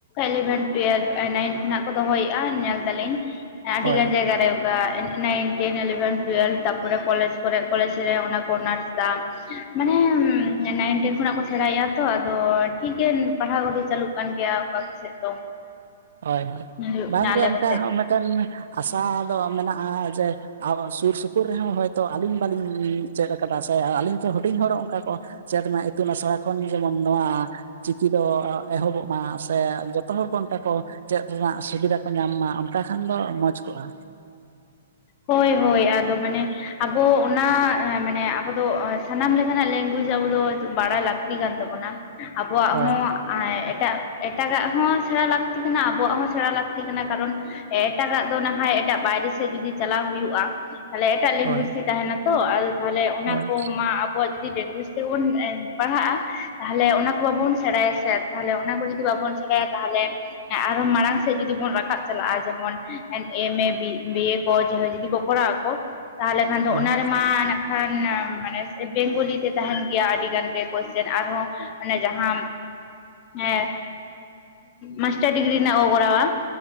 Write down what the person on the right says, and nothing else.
ᱦᱳᱭ
ᱦᱳᱭ ᱦᱳᱭ
ᱵᱟᱝ
ᱜᱮ
ᱚᱱᱠᱟ
ᱦᱚᱸ ᱢᱤᱫᱴᱮᱱ ᱟᱥᱟ ᱫᱚ ᱢᱮᱱᱟᱜᱼᱟ, ᱡᱮ ᱟᱨ ᱥᱩᱨ ᱥᱩᱯᱩᱨ ᱨᱮᱦᱚᱸ ᱦᱚᱳᱭᱛᱳ ᱟᱹᱞᱤᱧ ᱵᱟᱹᱞᱤᱧ ᱪᱮᱫ ᱠᱟᱫᱟ ᱥᱮ ᱟᱹᱞᱤᱧ ᱛᱚ ᱦᱩᱰᱤᱧ ᱦᱚᱲ ᱚᱱᱠᱟ ᱠᱚ ᱾ ᱪᱮᱫ ᱢᱟ ᱤᱛᱩᱱ ᱟᱥᱲᱟ ᱠᱷᱚᱱ ᱡᱮᱢᱚᱱ ᱱᱚᱣᱟ ᱪᱤᱠᱤ ᱫᱚ ᱮᱦᱚᱵᱚᱜ ᱢᱟ ᱥᱮ ᱡᱚᱛᱚ ᱦᱚᱲ ᱠᱚ ᱚᱱᱠᱟ ᱠᱚ ᱪᱮᱫ ᱨᱮᱱᱟᱜ ᱥᱩᱵᱤᱫᱷᱟ ᱠᱚ ᱧᱟᱢ ᱢᱟ᱾ ᱚᱱᱠᱟ ᱠᱷᱟᱱ ᱫᱚ ᱢᱚᱡᱽ ᱠᱚᱜᱼᱟ᱾
ᱦᱳᱭ
ᱦᱳᱭ
ᱦᱳᱭ
ᱦᱳᱭ